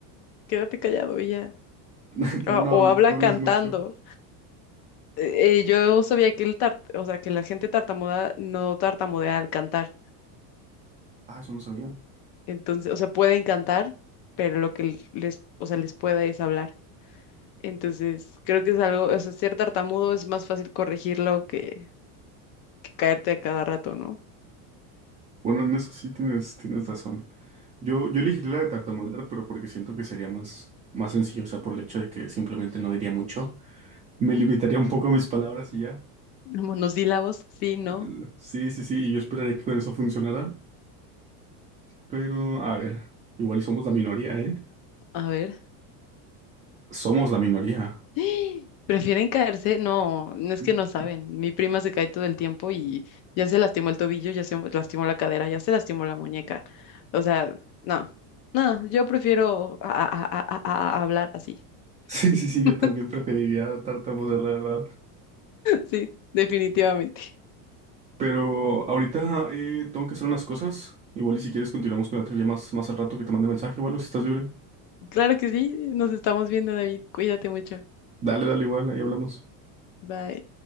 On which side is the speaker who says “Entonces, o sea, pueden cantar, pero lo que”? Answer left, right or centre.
Left